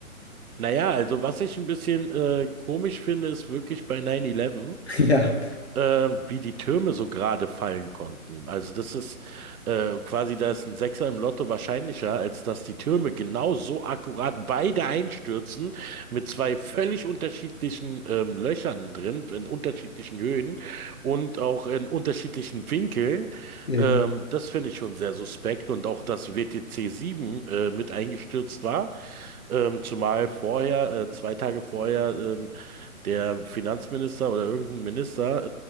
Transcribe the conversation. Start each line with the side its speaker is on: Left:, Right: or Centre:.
Right: Naja, also was ich ein bisschen äh, komisch finde, ist wirklich bei 9-11.
Left: <laughs> Ja.
Right: ähm, wie die Türme so gerade fallen konnten. Also das ist äh, quasi, da ist ein Sechser im Lotto wahrscheinlicher, als dass die Türme genau so akkurat beide einstürzen, mit zwei völlig unterschiedlichen ähm, Löchern drin, in unterschiedlichen Höhen und auch in unterschiedlichen Winkeln.
Left: Eben,
Right: Ähm, das finde ich schon sehr suspekt und auch, dass WTC 7 äh, mit eingestürzt war, ähm, zumal vorher, äh, zwei Tage vorher, ähm, der Finanzminister oder irgendein Minister